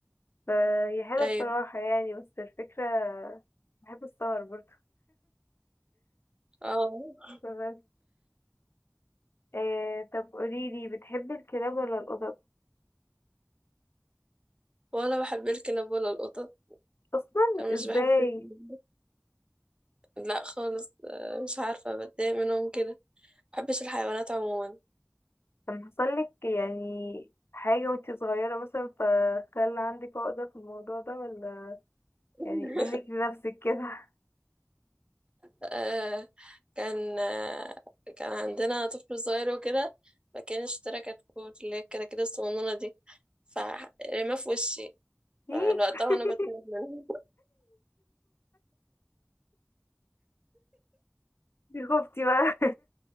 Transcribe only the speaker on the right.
طيب
اه
ولا بحب الكلاب ولا القطط
مش
بحب ال- لا خالص آه، مش عارفة بتضايق منهم كده مبحبش الحيوانات عموما
<laughs>
آه، كان آه، كان عندنا طفل صغير وكده فكان اشترى كتكوت اللي هي الكتاكيت الصغنونة دي فرماه في وشي
من وقتها
وانا بترعب منه